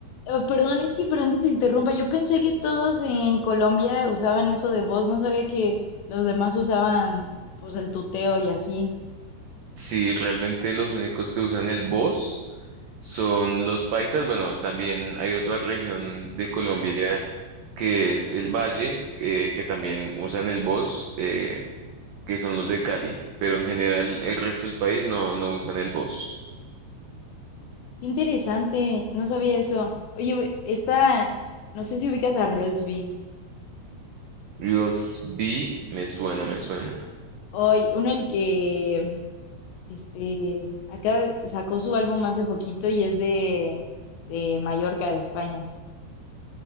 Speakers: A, on the left; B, on the right.
A: eh, perdón, es que perdón que te interrumpa. Yo pensé que todos en Colombia usaban eso de voz, no sabía que los demás usaban pues el tuteo y así.
B: sí, realmente los únicos que usan el vos son los paisas. Bueno, también hay otra región de Colombia que es el Valle, eh, que también usan el vos. eh, que son los de Cali, pero en general el resto del país no, no usan el voz.
A: Qué interesante, no sabía eso. Oye, esta, no sé si ubicas a Reelsby.
B: Reels B me suena, me suena.
A: Oye, uno el que este acá sacó su álbum hace poquito y es de, de Mallorca, de España.